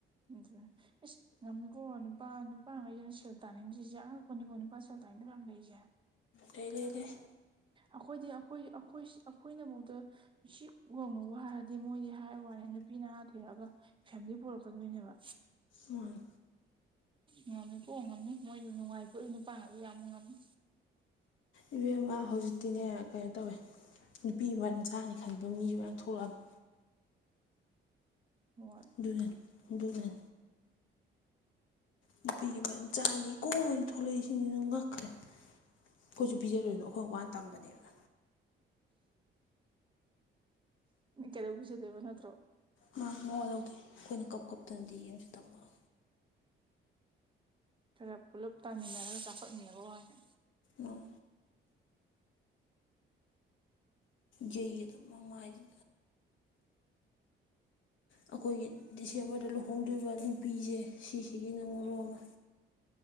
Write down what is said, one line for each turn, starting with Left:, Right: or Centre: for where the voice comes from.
Right: ꯑꯗꯨꯅꯦ ꯏꯁ ꯉꯝꯅꯤꯀꯣ ꯅꯨꯄꯥ ꯅꯨꯄꯥꯉꯩꯁꯤꯅ ꯁꯦꯜ ꯇꯥꯅꯤꯡꯗ꯭ꯔꯤꯁꯦ ꯑꯉꯛꯄꯅꯤꯀꯣ ꯅꯨꯄꯥ ꯁꯦꯜ ꯇꯥꯅꯤꯡꯗꯕ ꯌꯥꯝ ꯂꯩꯁꯦ
Left: ꯂꯩ ꯂꯩ ꯂꯩ
Right: ꯑꯩꯈꯣꯏꯗꯤ ꯑꯩꯈꯣꯏ ꯑꯩꯈꯣꯏ ꯑꯩꯈꯣꯏꯅ ꯃꯨꯗ ꯁꯤ ꯌꯧꯅ ꯋꯥꯔꯗꯤ ꯃꯣꯏꯗꯤ ꯍꯥꯏ ꯋꯥꯏ ꯑꯦ ꯅꯨꯄꯤ ꯅꯍꯥ ꯊꯤꯔꯛꯑꯒ ꯐꯦꯃꯤꯂꯤ ꯄꯨꯔꯛꯀꯗꯣꯏꯅꯦꯕ
Left: ꯃꯣꯏ
Right: ꯉꯝꯃꯤꯀꯣ ꯉꯝꯃꯤ ꯃꯣꯏ ꯅꯨꯡꯉꯥꯏꯊꯣꯛꯏꯕ ꯅꯨꯄꯥꯒꯗꯤ ꯌꯥꯝꯕ ꯉꯝꯃꯤ
Left: ꯏꯕꯦꯝꯃ ꯍꯧꯖꯤꯛꯇꯤꯅꯦ ꯀꯩꯅꯣ ꯇꯧꯋꯦ ꯅꯨꯄꯤ ꯃꯔꯝ ꯆꯥꯅꯤ ꯈꯟꯕ ꯃꯤꯁꯨ ꯃꯌꯥꯝ ꯊꯣꯛꯂꯛꯑꯗ
Right: ꯍꯣꯏ
Left: ꯑꯗꯨꯅꯅꯦ ꯑꯗꯨꯅ ꯅꯨꯄꯤꯒꯤ ꯃꯔꯝ ꯆꯥꯅꯤ ꯀꯣꯛꯅ ꯊꯣꯛꯂꯛꯏꯁꯤꯡꯁꯤꯅ ꯉꯛꯈ꯭ꯔꯦ ꯑꯩꯈꯣꯏꯁꯨ ꯄꯤꯖꯔꯣꯏꯕ ꯑꯩꯈꯣꯏ ꯋꯥꯅ ꯇꯝꯕꯅꯦꯕ
Right: ꯀꯩꯗꯧ ꯄꯨꯖꯗꯣꯏꯕ ꯅꯠꯇ꯭ꯔꯣ
Left: ꯃꯥꯅꯦ ꯃꯧꯋꯥꯂꯧꯗꯦ ꯑꯩꯈꯣꯏꯅ ꯀꯞ ꯀꯞꯇꯅ ꯗꯤꯑꯦꯝꯒ ꯇꯝꯃꯒ
Right: ꯈꯔ ꯄꯨꯜꯂꯞ ꯇꯥꯃꯤꯟꯅꯔꯒ ꯆꯥꯎꯈꯠꯃꯤꯅꯕ ꯋꯥꯅꯤ
Left: ꯑꯣ ꯌꯩꯒꯗꯕꯅꯤ ꯃꯃꯥꯗꯨꯗ ꯑꯩꯈꯣꯏꯒꯤ ꯗꯤꯁꯦꯝꯕꯔꯗ ꯂꯨꯍꯣꯡꯗꯣꯔꯤꯕ ꯅꯨꯄꯤꯖꯦ ꯁꯤꯁꯤꯒꯤꯅ ꯃꯣꯔꯣ ꯑꯃ